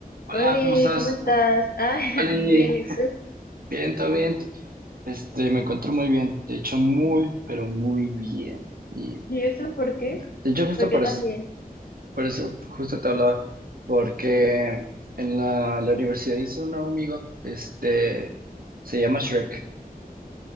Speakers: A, on the right (about 70°); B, on the left (about 75°).
A: Hola,
B: Oli,
A: ¿cómo estás?
B: ¿cómo estás? Ah, <laughs>
A: Oli,
B: bien, ¿y tú?
A: bien, todo bien. Este, me encuentro muy bien. De hecho, muy, pero muy bien. Y
B: ¿Y eso por qué?
A: de hecho, justo
B: ¿Por
A: por
B: qué también?
A: eso, por eso justo te hablaba, porque en la, la universidad hice un nuevo amigo. Este, se llama Shrek.